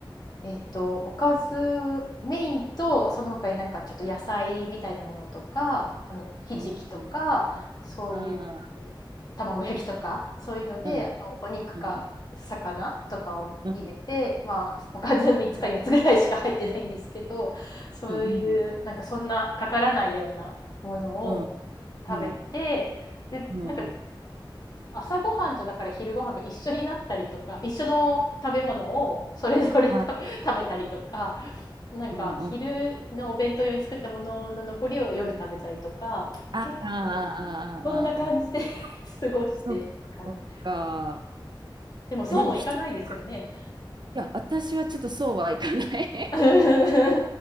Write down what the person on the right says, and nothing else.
うん。うんああ、
うん。うん、うん、
うん、うん、
うん、うん、うん、
あ、
うん、うん、あ、あ、あ、
あ、
そっか、そっか。
えでも一人、いや、私はちょっとそうはいかない。